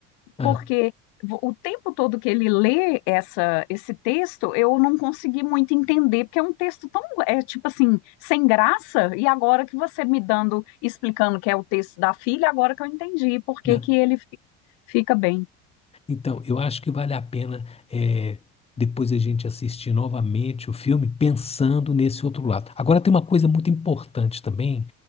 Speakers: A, on the left; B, on the left.
A: Ah,
B: porque vo- o tempo todo que ele lê essa, esse texto, eu não consegui muito entender, porque é um texto tão, é tipo assim, sem graça, e agora que você me dando, explicando que é o texto da filha, agora que eu entendi por que
A: né?
B: que ele fi- fica bem.
A: Então, eu acho que vale a pena é, depois a gente assistir novamente o filme pensando nesse outro lado. Agora tem uma coisa muito importante também,